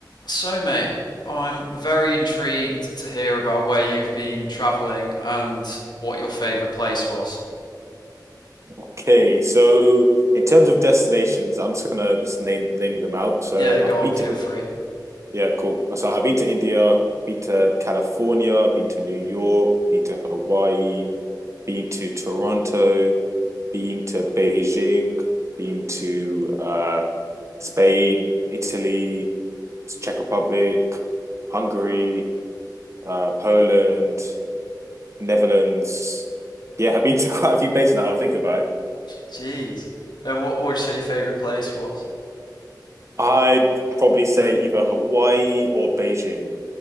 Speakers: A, on the left (about 70°); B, on the right (about 40°).
A: So, mate, I'm very intrigued to hear about where you've been travelling and what your favourite place was.
B: Okay, so in terms of destinations, I'm just gonna just name name them out. So
A: Yeah, go
B: I've
A: on,
B: been
A: feel
B: to
A: free. <laughs>
B: yeah, cool. So I've been to India, I've been to California, I've been to New York, been to Hawaii, been to Toronto, been to Beijing, been to uh Spain, Italy, Czech Republic, Hungary, uh Poland, Netherlands. Yeah, I've been to <laughs> quite a few places now. I think about it.
A: jeez. Uh, what would you say your favourite place was?
B: I'd probably say either Hawaii or Beijing.